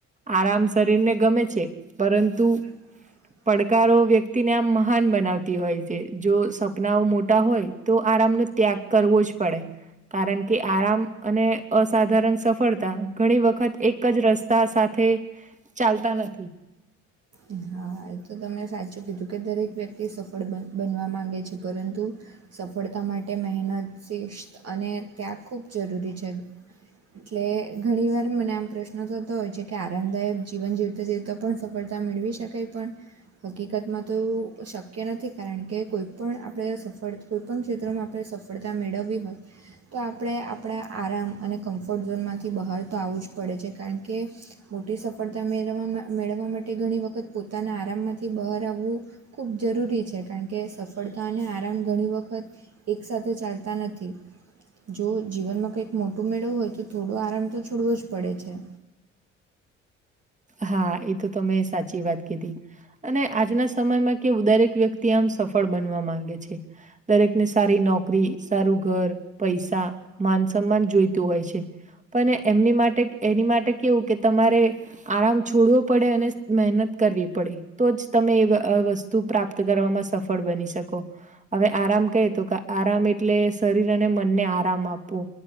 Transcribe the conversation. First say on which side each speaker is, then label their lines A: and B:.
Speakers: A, on the right (about 20°); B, on the right (about 40°).
A: આરામ શરીરને ગમે છે. પરંતુ,
B: <inaudible>
A: પડકારો વ્યક્તિને આમ મહાન બનાવતી હોય છે જો સપનાઓ મોટા હોય. તો આરામનો ત્યાગ કરવો જ પડે. કારણ કે આરામ અને અસાધારણ સફળતા ઘણી વખત એક જ રસ્ તા સાથે ચાલતા નથી.
B: ઈ હા. ભાઈ તો તમે સાચું કીધું કે દરેક વ્યક્તિ સફળ બ બનવા માંગે છે. પરંતુ, સફળતા માટે મહેનત શિસ્ત અને ત્યાગ ખૂબ જરૂરી છે. એટલે ઘણી વાર મને આમ પ્રશ્ન પ્રશ્નો થતો હોય છે કે આરામદાયક જીવન જીવતા જીવતા પણ સફળતા મેળવી શકાય. પણ, હકીકતમાં તો એવું શક્ય નથી. કારણ કે કોઈપણ આપણે સફળ કોઈપણ ક્ષેત્રમાં આપણે સફળતા મેળવવી હોય. તો આપણે આપણા આરામ અને કમ્ફર્ટ ઝોનમાંથી બહારતો આવવું જ પડે છે. કારણ કે, મોટી સફળતા મેળ મેળવવા માટે ઘણી વખત પોતાના આરામમાંથી બહાર આવવું ખૂબ જરૂરી છે. કારણ કે સફ ફળતા અને આરામ ઘણી વખત એક સાથે ચાલતા નથી. જો જીવનમાં કંઈક મોટું મેળવવુ હોય તો થોડો આરામ તો છોડવો જ પડે છે.
A: હા એ તો તમે સાચી વાત કીધી. અને આજના સમયમાં કેવુ દરેક વ્યક્તિ આમ સફળ બનવા માંગે છે. દરેકને સારી નોકરી, સારું ઘર, પૈસા, તા માન સન્માન જોઈતું હોય છે. પણ એમની માટે એની માટે કેવું કે તમારે આરામ છોડવો પડે અને મહેનત. કરવી પડે તો જ તમે એવ અ વસ્તુ પ્રાપ્ત કરવામાં સફળ બની શકો. અવે આરામ કહે તો ક આરામ એટલે શરીર અને મનને આરામ આપવો.